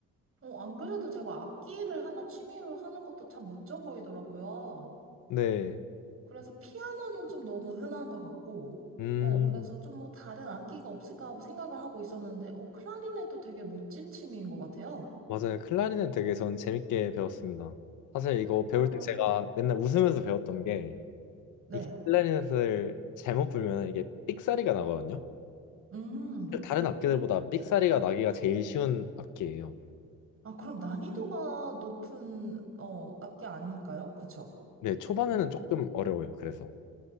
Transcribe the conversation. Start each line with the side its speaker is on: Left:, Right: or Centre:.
Right: 어, 안 그래도 제가 악기를 하나 취미로 하는 것도 참 멋져 보이더라고요.
Left: 네.
Right: 그래서 피아노는 좀 너무 흔한 것 같고,
Left: 음,
Right: 어, 그래서 좀 뭐 다른 악기가 없을까 하고 생각을 하고 있었는데, 어, 클라리넷도 되게 멋진 취미인 것 같아요.
Left: 맞아요. 클라리넷 되게 전 재밌게 배웠습니다. 사실 이거 배울
Right: 아,
Left: 때 제가 맨날 웃으면서 배웠던 게
Right: 네.
Left: 이 클라리넷을 잘못 불면 이게 삑사리가 나거든요.
Right: 음.
Left: 다른 악기들보다 삑사리가 나기가 제일 쉬운 악기예요.
Right: 아, 그럼 난이도가 높은, 어, 악기 아닐까요? 그쵸?
Left: 네, 초반에는 조금 어려워요. 그래서.